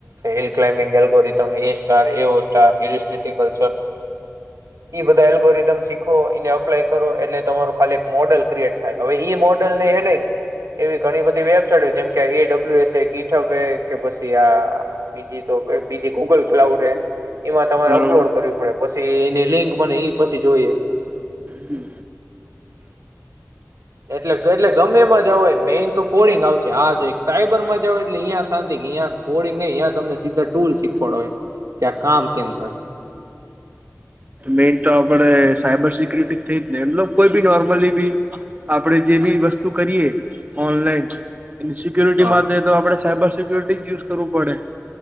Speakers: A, on the right (about 85°); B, on the right (about 30°).
A: હિલ ક્લા્બિંગ એલોગીરેથમ ગગોરી સ્ટાર- - એ વો સ્ટારક્રિસ્ટિકલ. એ બધા એલ્ગોરિધમ શીખો એને અપ્લાય કરો એટલે તમારું ખાલી એક મોડલ ક્રિએટ થાય હવે મોડલ ચનેને એવી ઘણી બધી વેબસાઇટ જેમ કે એ ડબલ્યુ એસ ગીપ એ કે પછી આ બીજી- - બીજે ગૂગલ ક્લાઉડ એમાં તમારે
B: બરોબર
A: અપલોડ કરવી પડે પછી એની લિંક બને એ પછી- - જોઈએ.
B: હમ.
A: એટલે એટલે ગમે માં જોગીએ મેન તો કોડિંગ આવશે આ જો સાયબરમાં જ એટલે અહીયા શાંતિ કે અહીયાં કોડિંગ નહીં તમને. ટુલ શીખવાડે હોય કે આ કામ કેમ કરે.
B: મેન તો આપે સાયબર સિક્યુરિટી થઈ જ ને મલબ કોઈ બી નોર્મલી બી આપડે જે બી- - વસ્તુ કરીએ ઓનલાઈન- - એની સિક્યોરિટી
A: હા
B: માટે તો આપડણે સાયબર સિક્યોરિટી જ યુઝ કરવું પડે?